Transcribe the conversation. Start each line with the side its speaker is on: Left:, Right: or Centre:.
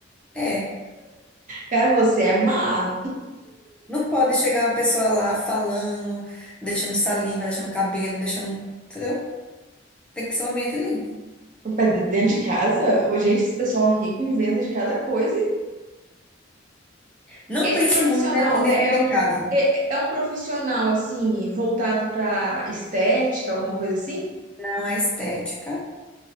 Centre: É.
Right: Cara, você é má.
Centre: Não pode chegar uma pessoa lá falando, deixando saliva, deixando cabelo, deixando. Entendeu? Tem que ser um ambiente limpo.
Right: Pra Dentro de casa, Ô, gente, esse pessoal rico inventa de cada coisa. E
Centre: Não
Right: Esse
Centre: pense
Right: profissional
Centre: muito ne- em dentro
Right: é
Centre: de
Right: um,
Centre: casa.
Right: é, é um profissional, assim, voltado pra estética, alguma coisa assim?
Centre: Não é estética.